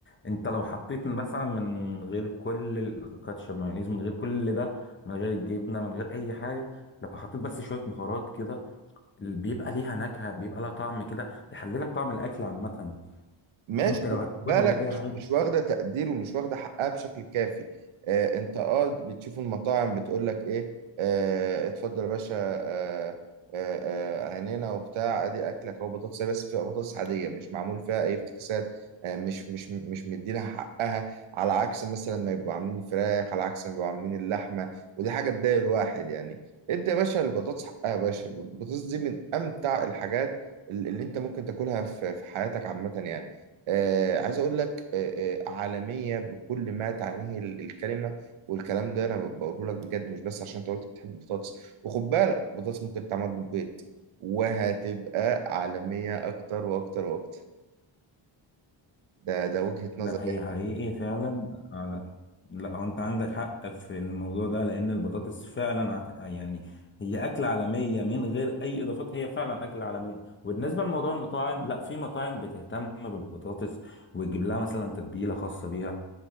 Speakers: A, on the left; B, on the right.
A: أنت لو حطيت مثلا من غير كل الكاتشب مايونيز من غير كل ده من غير الجبنة من غير أي حاجة لو حطيت بس شوية بهارات كده بيبقى ليها نكهة بيبقى لها طعم كده يحللك طعم الأكل عامة
B: ماشي
A: أنت لو
B: خد
A: هتاكلها
B: بالك
A: من غير أي
B: مش
A: حاجة
B: مش واخده تقدير ومش واخده حقها بشكل كافي آه انت اه بتشوف المطاعم بتقول لك ايه آه اتفضل يا باشا آه آه آه، عينينا وبتاع ادي اكلك او بطاطس بس بتبقى بطاطس عاديه مش معمول فيها اي افتكاسات آه مش مش مش مدينها حقها على عكس مثلا ما يبقوا عاملين فراخ على عكس ما يبقوا عاملين اللحمه ودي حاجه تضايق الواحد يعني ادي يا باشا البطاطس حقها يا باشا البطاطس دي من امتع الحاجات اللي اللي انت ممكن تاكلها في في حياتك عامه يعني آه عايز اقول لك آه آه عالميه بكل ما تعنيه ال- الكلمه والكلام ده انا ب- بقوله لك بجد مش بس عشان انت قلت بتحب البطاطس وخد بالك البطاطس ممكن تتعمل بالبيض وهتبقى عالميه اكتر واكتر واكتر ده ده وجهه نظر
A: لا هي
B: يعني
A: حقيقي فعلا على لا هو انت عندك حق في الموضوع ده لان البطاطس فعلا ع- يعني هي اكلة عالمية من غير اي اضافات هي فعلا اكلة عالمية وبالنسبة لموضوع المطاعم لا في مطاعم بتهتم بالبطاطس وتجيب لها مثلا تتبيلة خاصة بيها